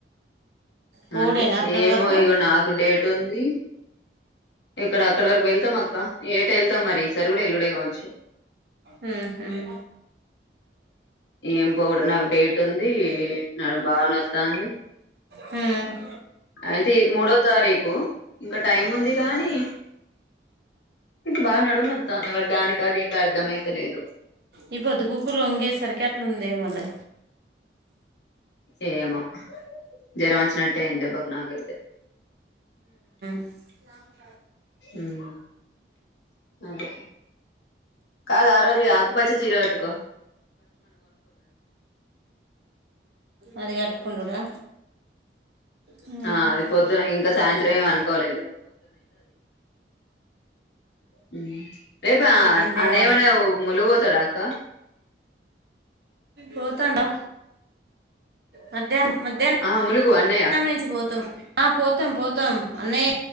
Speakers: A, on the right; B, on the left.
A: పోవుడేనా
B: అదే
A: అక్కడి
B: ఏమో
A: వరకు
B: ఇగ నాకు డేట్ ఉంది ఇక్కడ అక్కడ వరకు వెళ్తాం అక్క ఏటా వెళ్తాం మరి ఈ సారి కూడా ఎల్లుడే కావచ్చు
A: మ్మ్ హ్హ్
B: ఏం పోవుడు నాకు డేట్ ఉంది నడుం బాగా నొస్తంది
A: మ్మ్ హ్
B: అయితే మూడో తారీకు ఇంకా టైం ఉంది గానీ ఇటు బాగా నడుము నొస్తంది దానికి అది ఎటు అర్ధమయితలేదు
A: ఈ పొద్దుగుకులు వంగేసరికి అట్లుందేమో లే
B: ఏమో జ్వరం వచ్చినట్ట అయింది దెబ్బకి నాకయితే
A: అలా
B: మ్మ్ అదే కాదు ఆరోజు పచ్చ చీర కట్టుకో
A: అది కట్టుకుండుడా మ్మ్
B: ఆ
A: హ్హ్
B: అది పొద్దున ఇంకా సాయంత్రం ఏం అనుకోలేదు మ్మ్ రేపు
A: పిండేయాల
B: అనే మన ములుగు పోతాడా అక్క
A: పోతాండా మధ్యాహ్నం మధ్యాహ్నం
B: ఆహా ములుగు అన్నయ్య
A: మధ్యాహ్నం నుంచి పోతమ్ ఆ పోతం పోతం అన్నయ